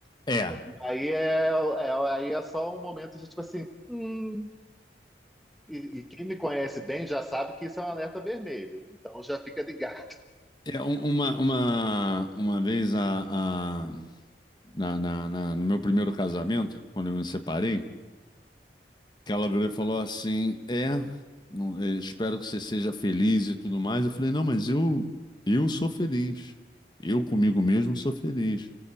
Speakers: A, on the left (about 25°); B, in the centre.
A: É.
B: E aí é, é- aí é só um momento de tipo assim, hum. E, e quem me conhece bem já sabe que isso é um alerta vermelho, então já fica ligado.
A: É, um- uma, uma, uma vez a, a- na, na- na- no meu primeiro casamento, quando eu me separei, que ela virou e falou assim: É, não- eh, espero que você seja feliz e tudo mais. Eu falei: Não, mas eu, eu sou feliz. Eu comigo mesmo sou feliz.